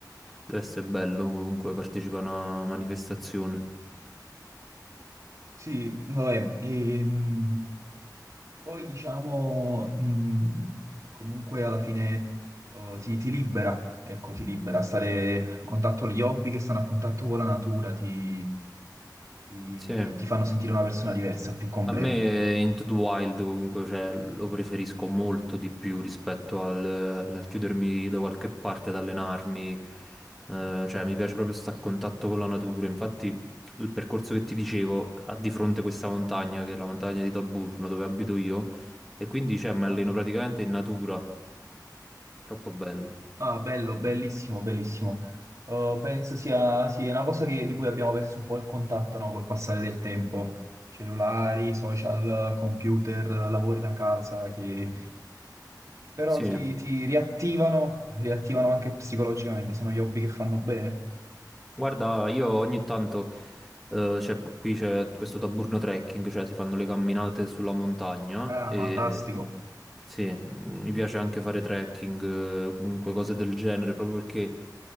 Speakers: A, in the centre; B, on the right.
A: deve essere bello comunque partecipare a una manifestazione.
B: Sì, vabbè, ehm, poi diciamo, in- comunque alla fine eh, ti, ti libera, ecco, ti libera, stare a contatto gli hobby che stanno a contatto con la natura, ti, ti
A: Sì.
B: ti fanno sentire una persona diversa, più completa.
A: A me eh, Into the Wild comunque cioè, lo preferisco molto di più rispetto al, eh, al chiudermi da qualche parte ad allenarmi, Eh, cioè mi piace proprio stare a contatto con la natura, infatti il percorso che ti dicevo ha di fronte questa montagna che è la montagna di Taburno dove abito io e quindi cioè, mi
B: Ah.
A: alleno praticamente in natura, troppo bello.
B: Ah, bello, bellissimo, bellissimo. Eh, penso sia, sì, è una cosa che- di cui abbiamo perso un po' il contatto, no, col passare del tempo. Cellulari, social, computer, lavori da casa, che però
A: Sì.
B: ti, ti riattivano, riattivano anche psicologicamente, sono gli hobby che fanno bene.
A: Guarda, io ogni tanto,
B: Sì.
A: eh, c'è- qui c'è questo taburno trekking, cioè si fanno le camminate sulla montagna
B: Ah,
A: e
B: fantastico,
A: sì, mm, mi piace anche fare trekking, eh, comunque cose del genere, proprio perché